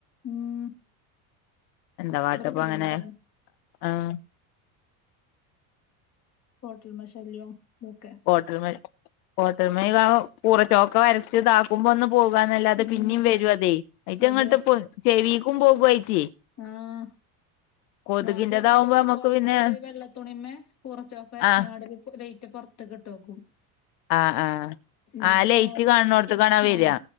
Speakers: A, on the left (about 35°); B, on the left (about 85°).
A: മം
B: എന്താ കാട്ടപ്പങ്ങനെ
A: ബുദ്ധിമുട്ടാണ്.
B: ആഹ്
A: കോട്ടരുമ ശല്യം ഒക്കെ
B: കോട്ടരുമ കോട്ടരുമ കൂറച്ചോക്ക വരച്ച് താക്കുമ്പോ ഒന്ന് പോകാന്നല്ലാതെ
A: ഉം
B: പിന്നെയും വേരും അതെയ് ആയിറ്റങ്ങട്ട്
A: അതെ
B: ചെവീക്കും പോകുവയിറ്റേ.
A: ആഹ്
B: കൊതുകിന്റതാവുമ്പോ
A: ഞാൻ ചെലപ്പോ
B: നമ്മുക്ക്
A: പൊർത്തൊരു
B: പിന്നെ
A: വെള്ളത്തുണിമേ കൂറച്ചൊക്ക വരച്ങ്ങാണ്ട്
B: ആഹ്
A: റ്റ് പുറത്ത്ക്ക്ട്ടോക്കും
B: ആഹ് ആഹ്
A: എന്നിട്ട്
B: ആഹ്
A: ഇങ്ങനെ ലൈറ്റ്
B: കാണുന്നോടത്ത്ക്കാണ് വരാ
A: ആഹ്